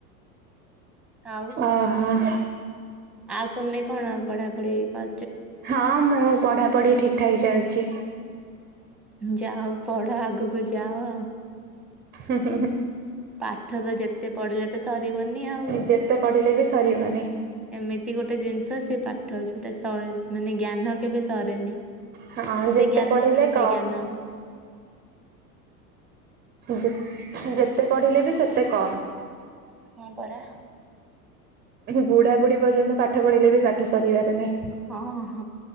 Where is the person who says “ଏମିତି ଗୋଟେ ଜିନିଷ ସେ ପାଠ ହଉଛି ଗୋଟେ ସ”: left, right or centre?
Centre